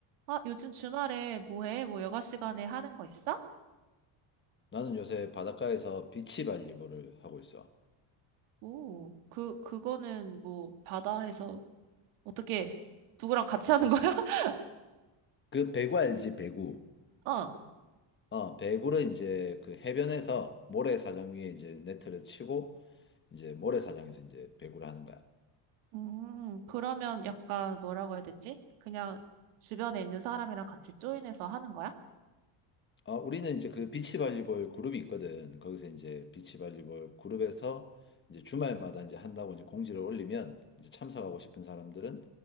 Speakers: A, on the right; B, on the left.
A: 아, 요즘 주말에 뭐 해? 뭐 여가 시간에 하는 거 있어?
B: 나는 요새 바닷가에서 비치발리볼을 하고 있어.
A: 오, 그, 그거는 뭐 바다에서 어떻게 누구랑 같이 하는 거야? <laughs>
B: 그 배구 알지? 배구.
A: 어.
B: 어, 배구를 이제 그 해변에서 모래사장 위에 이제 네트를 치고 이제 모래사장에서 이제 배구를 하는 거야.
A: 음, 그러면 약간 뭐라고 해야 되지? 그냥 주변에 있는 사람이랑 같이 조인해서 하는 거야?
B: 어, 우리는 이제 그 비치발리볼 그룹이 있거든. 거기서 이제 비치발리볼 그룹에서 이제 주말마다 이제 한다고 이제 공지를 올리면 이제 참석하고 싶은 사람들은